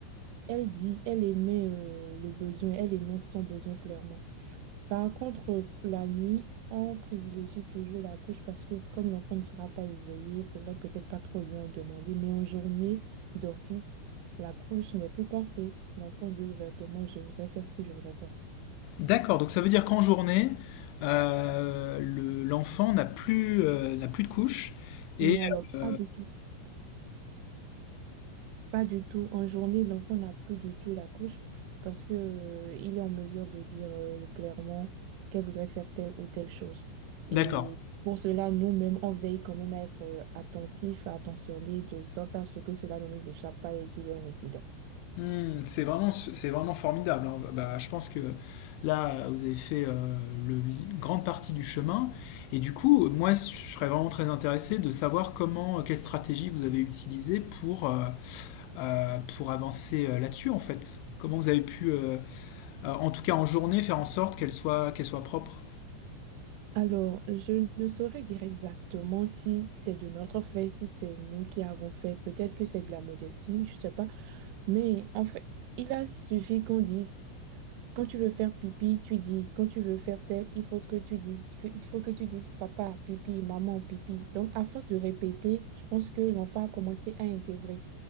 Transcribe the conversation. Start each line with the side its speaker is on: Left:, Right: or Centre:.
Right: elle dit, elle émet euh, le besoin, elle énonce son besoin clairement. Par contre, euh, la nuit, on privilégie toujours la couche parce que comme l'enfant ne sera pas éveillé, il faudrait peut-être pas trop lui en demander. Mais en journée d'office, la couche n'est plus portée. L'enfant dit ouvertement, je voudrais faire ci, je voudrais faire ça.
Left: D'accord, donc ça veut dire qu'en journée, euh, le- l'enfant n'a plus, euh, n'a plus de couche. Et
Right: Mais alors,
Left: euh,
Right: pas du tout. Pas du tout. En journée, l'enfant n'a plus du tout la couche parce que, euh, il est en mesure de dire euh, clairement qu'elle voudrait faire telle ou telle chose. Et
Left: d'accord.
Right: pour cela, nous-mêmes, on veille quand même à être euh, attentifs, attentionnés, de sorte à ce que cela ne nous échappe pas et qu'il y ait un incident.
Left: Hmm, c'est vraiment, c'est vraiment formidable. hein. Bah, je pense que là, vous avez fait euh, le, une grande partie du chemin. Et du coup, moi, je serais vraiment très intéressé de savoir comment, euh, quelle stratégie vous avez utilisée pour, euh, euh, pour avancer euh, là-dessus, en fait. Comment vous avez pu, euh, euh, en tout cas en journée, faire en sorte qu'elle soit, qu'elle soit propre.
Right: Alors, je ne saurais dire exactement si c'est de notre fait, si c'est nous qui avons fait. Peut-être que c'est de la modestie, je ne sais pas. Mais en fait, il a suffi qu'on dise, quand tu veux faire pipi, tu dis, quand tu veux faire tel, il faut que tu dises, que- il faut que tu dises papa, pipi, maman, pipi. Donc, à force de répéter, je pense que l'enfant a commencé à intégrer.